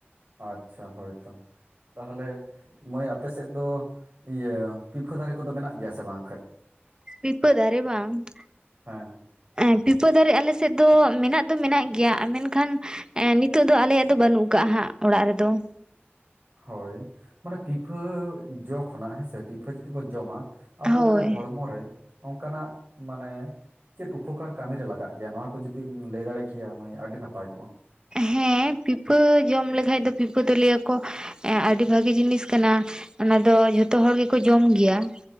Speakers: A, on the right (about 45°); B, on the right (about 20°).
A: ᱟᱪᱪᱷᱟ ᱦᱳᱭ ᱦᱳᱭ ᱛᱟᱦᱚᱞᱮ ᱢᱟᱹᱭ ᱟᱯᱮ ᱥᱮᱫ ᱫᱚ ᱤᱭᱟᱹ ᱯᱤᱯᱟᱹ ᱫᱟᱨᱮ ᱠᱚᱫᱚ ᱢᱮᱱᱟᱜ ᱜᱮᱭᱟ ᱥᱮ ᱵᱟᱝ ᱟᱸᱠᱷᱟᱡ?
B: ᱯᱤᱯᱟᱹ ᱫᱟᱨᱮ ᱵᱟᱝ <inaudible>
A: ᱦᱮᱸ
B: ᱯᱤᱯᱟᱹ ᱫᱟᱨᱮ ᱟᱞᱮ ᱥᱮᱫ ᱫᱚ ᱢᱮᱱᱟᱜ ᱫᱚ ᱢᱮᱱᱟᱜ ᱜᱮᱭᱟ, ᱢᱮᱱᱠᱷᱟᱱ ᱮᱸ ᱱᱤᱛᱚᱜ ᱫᱚ ᱟᱞᱮᱭᱟᱜ ᱫᱚ ᱵᱟᱹᱱᱩᱜ ᱠᱟᱜ ᱦᱟᱸᱜ ᱚᱲᱟᱜ ᱨᱮᱫᱚ ᱾
A: ᱦᱳᱭ ᱢᱟᱱᱮ ᱯᱤᱯᱷᱟᱹ ᱡᱚ ᱠᱷᱚᱱᱟᱜ ᱦᱮᱸᱥᱮ, ᱯᱤᱷᱟᱹ ᱡᱩᱫᱤ ᱵᱚᱱ ᱡᱚᱢᱟ ᱾ ᱟᱵᱚ
B: ᱦᱳᱭ
A: ᱢᱟᱱᱮ ᱦᱚᱲᱢᱚ ᱨᱮ, ᱚᱱᱠᱟᱱᱟᱜ ᱢᱟᱱᱮ ᱪᱮᱫ ᱩᱯᱚᱠᱟᱨ ᱠᱟᱹᱢᱤ ᱨᱮ ᱞᱟᱜᱟᱜ ᱜᱮᱭᱟ ᱠᱚ ᱡᱩᱫᱤᱢ ᱞᱟᱹᱭ ᱫᱟᱲᱮ ᱠᱮᱭᱟ ᱢᱟᱹᱭ ᱟᱹᱰᱤ ᱱᱟᱯᱟᱭ ᱠᱚᱜᱼᱟ ᱾
B: ᱦᱮᱸ ᱯᱤᱯᱟᱹ ᱡᱚᱢ ᱞᱮᱠᱷᱟᱡ ᱫᱚ ᱯᱤᱯᱟᱹ ᱫᱚ ᱞᱟᱹᱭᱟᱠᱚ ᱮᱸ ᱟᱹᱰᱤ ᱵᱷᱟᱹᱜᱤ ᱡᱤᱱᱤᱥ ᱠᱟᱱᱟ, ᱚᱱᱟ ᱫᱚ ᱡᱷᱚᱛᱚ ᱦᱚᱲ ᱜᱮᱠᱚ ᱡᱚᱢ ᱜᱮᱭᱟ ᱾